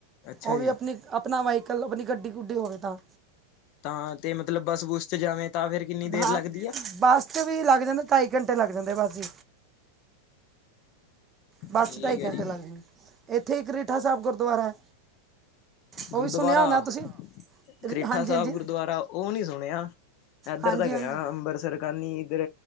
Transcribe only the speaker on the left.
ਅੱਛਾ
ਜੀ
ਤਾਂ ਤੇ ਮਤਲਬ ਬੱਸ ਬੁਸ ਚ ਜਾਵੇਂ ਤਾਂ ਫੇਰ ਕਿੰਨੀ ਦੇਰ
ਲੱਗਦੀ ਆ
ਠੀਕ
ਹੈ
ਜੀ
ਗੁਰਦੁਆਰਾ
ਕਰੀਠਾ
ਸਾਹਿਬ
ਗੁਰਦੁਆਰਾ ਉਹ ਨਹੀਂ ਸੁਣਿਆ, ਇਧਰ
ਤਾਂ ਗਿਆ
ਅੰਬਰਸਰ ਕਰੀਦਰ